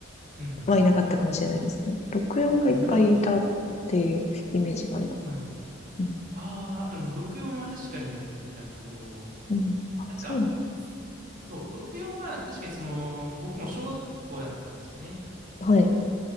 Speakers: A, on the right (about 45°); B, on the left (about 35°).
A: うんうん。
B: はいなかったかもしれないですね。64がいっぱいいたっていうイメージがあります。
A: あ、いなかったですかはい。
B: うん。
A: ああ、うん、64は確かにやってたけど、
B: うん。あ、
A: なんか、
B: そういう
A: そう、64は確かにその、僕も小学校だったんですよね。
B: の。はい。